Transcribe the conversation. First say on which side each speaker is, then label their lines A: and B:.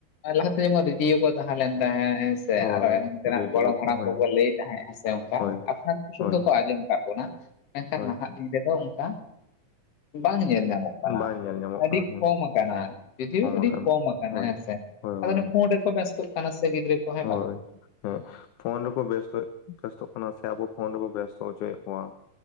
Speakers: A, on the left (about 50°); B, on the left (about 70°).
A: ᱞᱟᱦᱟ ᱛᱮ ᱡᱮᱢᱚᱱ ᱨᱤᱰᱭᱳ ᱠᱚ ᱛᱟᱦᱮᱸ ᱞᱮᱱ ᱛᱟᱦᱮᱸ ᱦᱮᱸ ᱥᱮ
B: ᱦᱳᱭ
A: ᱟᱨᱚ ᱮᱢᱟᱱ ᱛᱮᱱᱟᱜ
B: ᱨᱮᱰᱤᱭᱳ
A: ᱜᱚᱲᱚᱢ ᱦᱟᱲᱟᱢ
B: ᱠᱚ ᱦᱮᱸ
A: ᱠᱚᱠᱚ ᱞᱟᱹᱭ ᱛᱟᱦᱮᱸᱫ ᱦᱮᱸ ᱥᱮ ᱚᱱᱠᱟ
B: ᱦᱳᱭ
A: ᱟᱯᱱᱟᱨ ᱯᱩᱥᱤ‌
B: ᱦᱳᱭ
A: ᱫᱚᱠᱚ ᱟᱸᱡᱚᱢ ᱠᱟᱜ ᱵᱚᱱᱟ ᱢᱮᱱᱠᱷᱟᱱ
B: ᱦᱳᱭ
A: ᱱᱟᱦᱟᱸᱜ ᱫᱤᱱ ᱨᱮᱦᱚ ᱚᱱᱠᱟ ᱵᱟᱝ ᱧᱮᱞ ᱧᱟᱢᱚᱜ ᱠᱟᱱᱟ᱾
B: ᱵᱟᱝ ᱧᱮᱞ ᱧᱟᱢᱚᱜ
A: ᱟᱹᱰᱤ
B: ᱠᱟᱱᱟ ᱦᱮᱸ
A: ᱠᱚᱢ ᱠᱟᱱᱟ ᱡᱩᱫᱤᱣ ᱟᱹᱰᱤ
B: ᱟᱠᱟᱱᱟ
A: ᱠᱚᱢ ᱠᱟᱱᱟ
B: ᱦᱳᱭ
A: ᱦᱮᱸ ᱥᱮ
B: ᱦᱳᱭ
A: ᱟᱫᱚ
B: ᱦᱳᱭ
A: ᱚᱱᱮ ᱯᱷᱳᱱ ᱨᱮᱠᱚ ᱵᱮᱥᱛᱚᱜ ᱠᱟᱱᱟ ᱥᱮ ᱜᱤᱫᱽᱨᱟᱹ ᱠᱚ ᱦᱮᱸ
B: ᱦᱳᱭ
A: ᱵᱟᱝ᱾
B: ᱦᱮᱸ ᱯᱷᱳᱱ ᱨᱮᱠᱚ ᱵᱮᱥᱛᱭᱮᱜ ᱵᱮᱥᱛᱚᱜ ᱠᱟᱱᱟ ᱥᱮ ᱟᱵᱚ ᱯᱷᱳᱱ ᱨᱮᱵᱚ ᱵᱮᱥᱛᱚ ᱚᱪᱚᱭᱮᱜ ᱠᱚᱣᱟ᱾